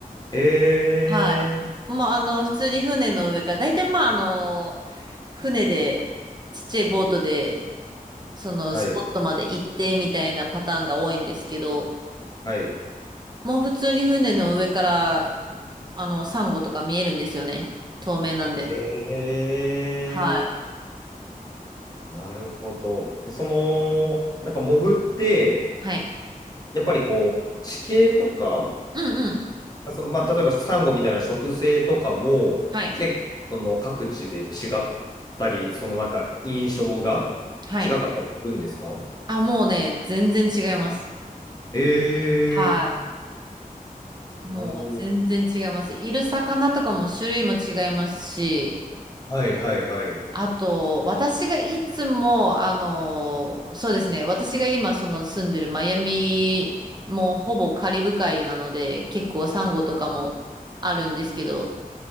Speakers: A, on the left; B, on the right.
A: え
B: はい。まあ、あの、普通に船の上から、大体まあ、あの、船で、ちっちゃいボートで、そのスポットまで行ってみたいなパターンが多いんですけど、
A: ー、はい、はい。
B: もう普通に船の上から、あの、サンゴとか見えるんですよね。透明なんで。
A: え
B: はい。
A: ー、なるほど。その、なんか潜って、
B: はい。
A: やっぱりこう、地形とか、
B: うんうん。
A: その、まあ、例えばサンゴみたいな植生とかも結構その各地で違っ
B: はい。
A: たり、そのなんか印象が
B: はい。
A: 違かったりするんですか
B: あ、もうね、全然違います。
A: え
B: はい。もう全然違います。
A: ー、なるほど。
B: いる魚とかも種類も違いますし、
A: はいはいはい。
B: あと、私がいつも、あの、そうですね、私が今その住んでるマイアミもほぼカリブ海なので、結構サンゴとかもあるんですけど、